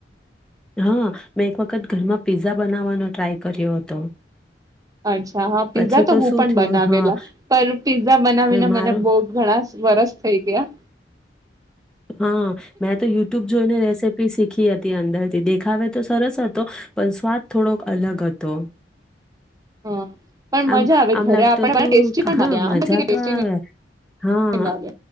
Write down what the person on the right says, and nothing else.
અચ્છા હા પીઝા
તો હું
પણ
બનાવેલા
પર પીઝા બનાવીને
મને બહ ઘણા વરસ થઈ ગયા.
હા. પણ
મજા આવે
ઘરે
આપણે
ટેસ્ટી પણ
લાગે આમ
બધી ટેસ્ટી
લાગે